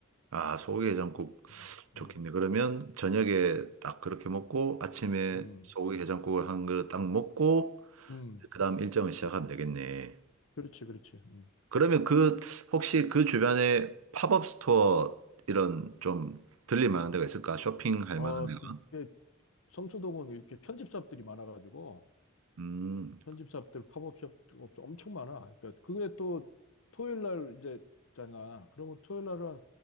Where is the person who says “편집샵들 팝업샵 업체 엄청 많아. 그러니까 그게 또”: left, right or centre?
Left